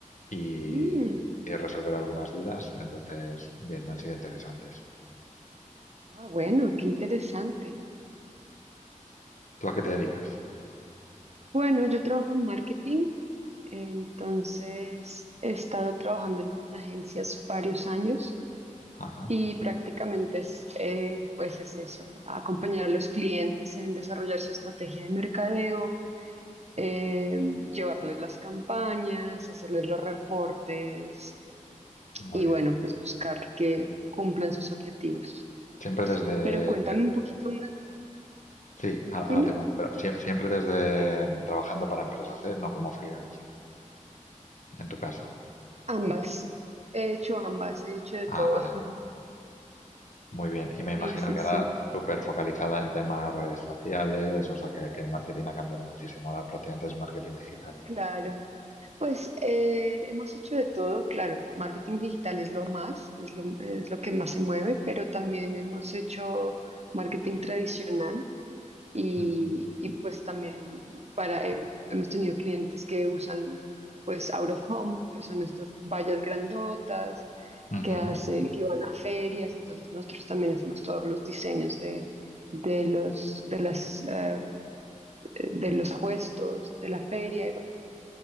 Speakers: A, on the left (about 65°); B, on the right (about 55°).
A: y,
B: Mm,
A: y resolver algunas dudas. Entonces, bien, han sido interesantes.
B: Ah, bueno, qué interesante.
A: ¿Tú a qué te dedicas?
B: Bueno, yo trabajo en marketing, entonces he estado trabajando en agencias varios años.
A: Ajá,
B: Y prácticamente es, eh, pues es eso, acompañar a los clientes en desarrollar su estrategia de mercadeo, eh, llevarles las campañas, hacerles los reportes
A: muy
B: y
A: bien.
B: bueno, pues buscar que cumplan sus objetivos.
A: Siempre desde...
B: Pero cuéntame un poquito más,
A: Sí, a- ahora
B: dime,
A: te cuento, pero sie- siempre desde mm, trabajando para empresas, ¿eh? No como freelance, en tu caso.
B: ambas, he hecho ambas, he hecho de
A: Ah,
B: todo.
A: vale.
B: <laughs>
A: Muy bien. Y me imagino
B: Sí, sí,
A: que ahora
B: sí,
A: súper focalizada en temas redes sociales, o sea que, que el marketing ha cambiado muchísimo. Ahora prácticamente es marketing digital.
B: claro. Pues eh, hemos hecho de todo, claro, marketing digital es lo más, es lo, es lo que más se mueve, pero también hemos hecho marketing tradicional y,
A: Mm,
B: y pues también para, he- hemos tenido clientes que usan pues out of home, que son estas vallas grandotas
A: ujú,
B: que hacen, que van a ferias, entonces nosotros también hacemos todos los diseños de, de los, de las, eh, de los puestos, de la feria y bueno,